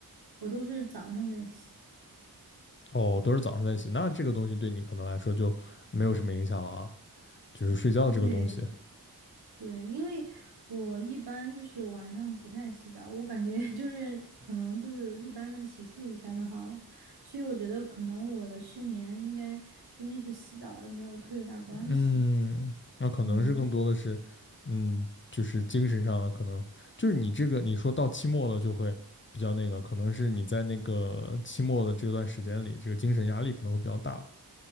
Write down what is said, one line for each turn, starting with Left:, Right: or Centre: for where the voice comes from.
Right: 我都是早上得洗。
Left: 哦，都是早上在洗，那这个东西对你可能来说就没有什么影响了啊，就是睡觉这个东西，
Right: 对，对，因为我一般就是晚上不太洗澡，我感觉 <laughs> 就是可能就是一般的洗漱一下就好了，所以我觉得可能我的失眠应该跟那个洗澡也没有特别大关系。
Left: 嗯，那可能是更多的是，
Right: 嗯
Left: 嗯，就是精神上的，可能就是你这个你说到期末了就会比较那个，可能是你在那个期末的这段时间里，这个精神压力可能会比较大。